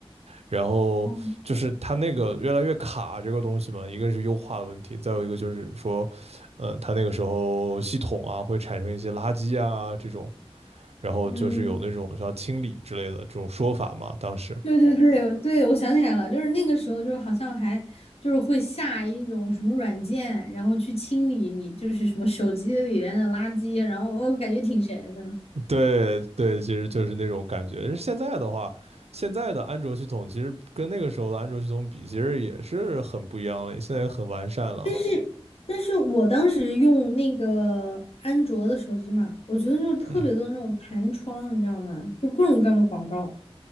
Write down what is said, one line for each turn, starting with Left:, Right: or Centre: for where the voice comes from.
Right: 然后就是它那个越来越卡这个东西嘛，
Left: 嗯
Right: 一个是优化的问题，再有一个就是说，嗯，它那个时候系统啊会产生一些垃圾啊这种，然后就是有那种需要清理之类的这种说法嘛，
Left: 嗯
Right: 当时。
Left: 对对对对，我想起来了，就是那个时候，就是好像还就是会下一种什么软件，然后去清理你就是什么手机里面的垃圾，然后我感觉挺神的。
Right: 对对，其实就是那种感觉。现在的话，现在的安卓系统其实跟那个时候的安卓系统比，其实也是很不一样了，现在也很完善了。
Left: 但是，但是我当时用那个安卓的手机嘛，我觉得就是特别多那种弹窗，
Right: 嗯，
Left: 你知道吗？就各种各样的广告，